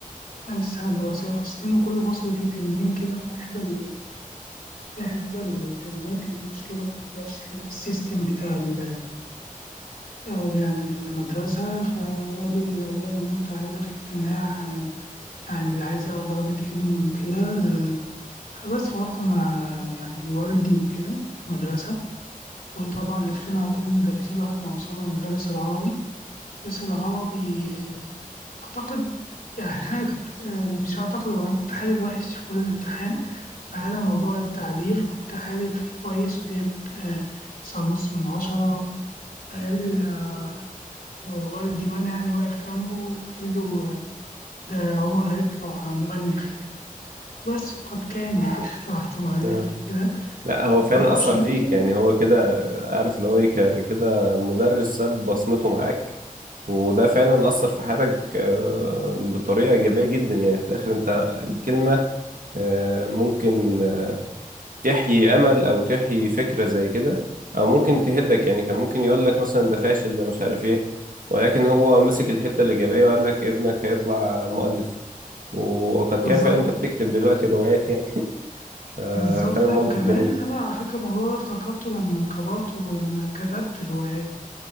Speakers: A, on the left; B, on the right.
A: يعني السنة الدراسية فصلين وكل فصل فيه ترمين كده في إحدى ال- في إحدى الترمات كان في مشكلة في تطبيق الشهادة في السيستم بتاع ال- آه، يعني المدرسة فقالوا لأولياء الأمور تعالى في اجتماع آه، يعني اللي عايز يعرف درجة ابنه وكده آه، فبس فرحت مع يعني والدي وكده مدرسة وطبعا لفينا على كل المدرسين لغاية ما وصلنا لمدرس العربي المدرس العربي آه، أعتقد يعني <laughs> أنا كنت آه، مش أعتقد هو أنا كنت حالل وحش في كل الامتحان ما عدا موضوع التعبير كنت حالل فيه كويس وجايب آه، تسعة ونص من عشرة فقال آه، والدي وأنا يعني واقف جنبه قال له آه، ده عمر هيطلع مؤلف يعني بس وقد كان يعني <laughs> طلعت مؤلف
B: اه
A: وكده
B: لا هو فعلا
A: معرفش
B: اثر
A: ممكن
B: فيك يعني هو كده عارف اللي هو ايه ك- كده مدرس ساب بصمته معاك وده فعلا اثر في حياتك آه، بطريقه ايجابيه جدا يعني في الاخر انت الكلمه آه، ممكن آه، تحيي امل او تحيي فكره زي كده او ممكن تهدك يعني كان ممكن يقول لك مثلا ده فاشل ده مش عارف ايه ولكن هو مسك الحته الايجابيه وقال لك ابنك هيطلع مؤلف وقد
A: بالظبط
B: كان فعلا انت بتكتب دلوقتي روايات يعني <laughs> ففعلا
A: بالظبط
B: موقف
A: لا وكمان
B: جميل
A: أنا على فكرة الموضوع ده افتكرته لما كبرت ولما كتبت الروايات